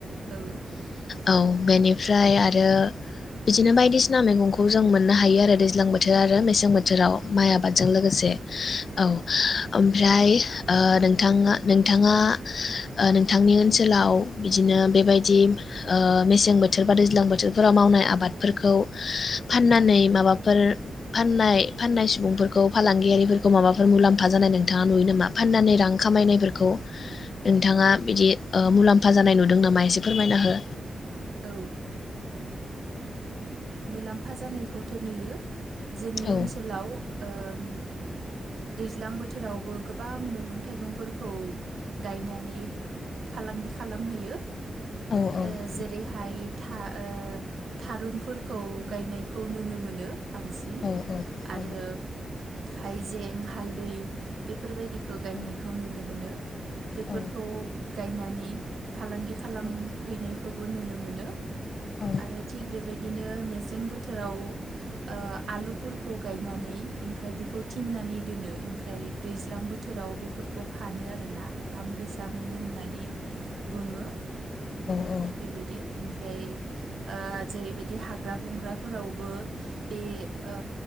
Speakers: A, on the right; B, on the left.
A: औ
B: औ बेनिफ्राय आरो बिदिनो बायदिसिना मैगंखौ जों मोननो हायो आरो दैज्लां बोथोर आरो मेसें जां बोथोराव माइ आबादजों लोगोसे औ हाय ओ नोंथाङा नोंथाङा ओ नोंथांनि ओनसोलाव बिदिनो बेबायदि ओ मेसें बोथोर बा दैज्लां बोथोरफोराव मावनाय आबादफोरखौ फाननानै माबाफोर फाननाय फाननाय सुबुंफोरखौ फालांगियारिफोरखौ माबाफोर मुलाम्फा जानाय नों नोंथाङा नुयो नामा? फाननानै रां खामायनायफोरखौ नोंथाङा बिदि ओ मुलाम फा जानाय नुदों नामा? एसे फोरमायना हो
A: औ ओ मुलाम्फा जानायखौथो नुयो जोंनि
B: औ
A: ओनसोलाव ओम दैज्लां बोथोरावबो गोबां मैगं थाइगंफोरखौ गायनानै फालांगि खा खालामहैयो ओ
B: औ औ
A: जे बि था ओ थारुनफोरखौ गायनायखौ नुनो मोनो बांसिन
B: औ औ
A: आरो हाइजें हालदै बेफोरबायदि खौ गायनायखौ
B: औ
A: नुनो मोनो। बेफोरखौ
B: औ
A: गायनानै फालांगि खालामहैनायखौ
B: औ
A: बो नुनो मोनो
B: औ
A: आरो थिग बेबायदिनो मेसें बो बोथोराव ओ आलुफोरखौ गायनानै ओमफ्राय बेखौ थिननानै दोनो। ओमफ्राय दैज्लां बो थोराव बेफोरखौ फानो आरोना दाम गोसा मोनो होननानै बुङो।
B: औ
A: बेबायदि ओफ्राय ओ जेरैबायदि दि हाग्रा बंग्राफोरावबो बे ओ